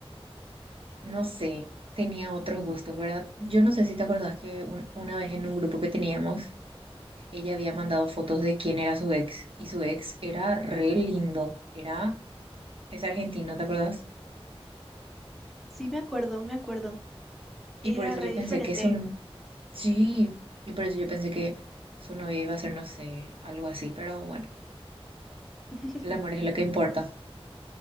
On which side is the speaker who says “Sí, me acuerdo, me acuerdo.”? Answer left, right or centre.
Centre